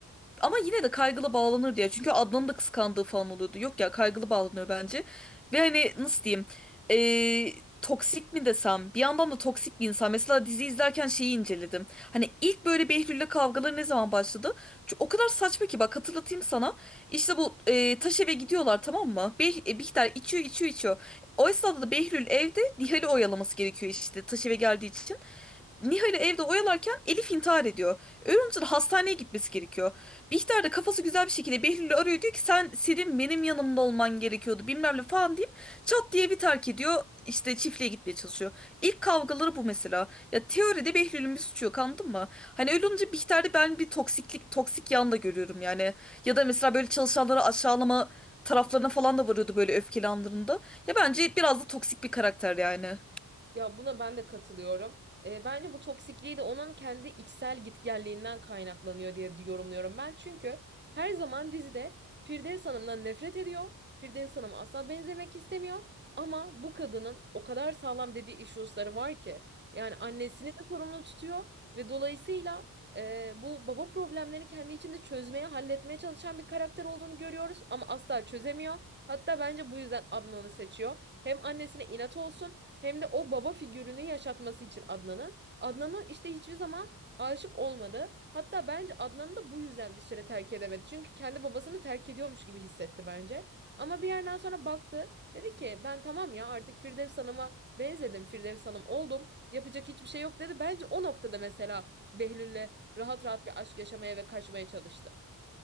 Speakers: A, in the centre; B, on the right.
A: ama yine de kaygılı bağlanır diye. Çünkü Adnan'ın da kıskandığı falan oluyordu. Yok ya kaygılı bağlanıyor bence. Ve hani nasıl diyeyim? Ee, toksik mi desem? Bir yandan da toksik bir insan. Mesela dizi izlerken şeyi inceledim. Hani ilk böyle Behlül'le kavgaları ne zaman başladı? Çünkü o kadar saçma ki bak hatırlatayım sana. İşte bu e, taş eve gidiyorlar tamam mı? Beh e, Bihter içiyor içiyor içiyor. O esnada da Behlül evde Nihal'i oyalaması gerekiyor işte taş eve geldiği için. Nihal'i evde oyalarken Elif intihar ediyor. Onun hastaneye gitmesi gerekiyor. Bihter de kafası güzel bir şekilde Behlül'ü arıyor diyor ki sen senin benim yanımda olman gerekiyordu bilmem ne falan deyip çat diye bir terk ediyor. İşte çiftliğe gitmeye çalışıyor. İlk kavgaları bu mesela. Ya teoride Behlül'ün bir suçu yok anladın mı? Hani öyle olunca Bihter'de ben bir toksiklik, toksik yan da görüyorum yani. Ya da mesela böyle çalışanları aşağılama taraflarına falan da varıyordu böyle öfkeli anlarında. Ya bence biraz da toksik bir karakter yani.
B: Ya buna ben de katılıyorum. Eee, bence bu toksikliği de onun kendi içsel gitgelliğinden kaynaklanıyor diye yorumluyorum ben. Çünkü her zaman dizide Firdevs Hanım'dan nefret ediyor. Firdevs Hanım'a asla benzemek istemiyor. Ama bu kadının o kadar sağlam dediği issues'ları var ki. Yani annesini de sorumlu tutuyor ve dolayısıyla eee, bu baba problemlerini kendi içinde çözmeye, halletmeye çalışan bir karakter olduğunu görüyoruz ama asla çözemiyor. Hatta bence bu yüzden Adnan'ı seçiyor. Hem annesine inat olsun hem de o baba figürünü yaşatması için Adnan'ın. Adnan'ı işte hiçbir zaman aşık olmadı. Hatta bence Adnan'ı da bu yüzden bir süre terk edemedi. Çünkü kendi babasını terk ediyormuş gibi hissetti bence. Ama bir yerden sonra baktı. Dedi ki ben tamam ya artık Firdevs Hanım'a benzedim. Firdevs Hanım oldum. Yapacak hiçbir şey yok dedi. Bence o noktada mesela Behlül'le rahat rahat bir aşk yaşamaya ve kaçmaya çalıştı.